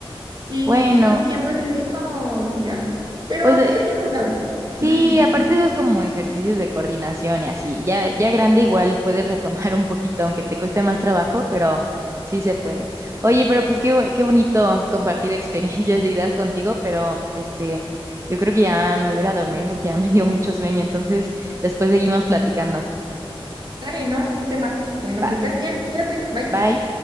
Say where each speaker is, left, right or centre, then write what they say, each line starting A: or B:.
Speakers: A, on the right; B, on the right.
A: Y,
B: bueno,
A: y yo siempre así de, ay, pues ya. Pero
B: pues eh,
A: sé que alguna vez.
B: Sí,
A: <laughs>
B: aparte eso es como ejercicios de coordinación y así. Ya, ya grande igual puedes retomar un poquito, aunque te cueste más trabajo, pero sí se puede. Oye, pero pues qué, bu- qué bonito compartir <laughs> experiencias y ideas contigo, pero este, yo creo que ya me voy a ir a dormir porque ya me dio mucho sueño, entonces después seguimos platicando.
A: Dale, ¿no? Sin tema. Bueno,
B: Va,
A: que estés bien. Cuídate. Bye.
B: bye.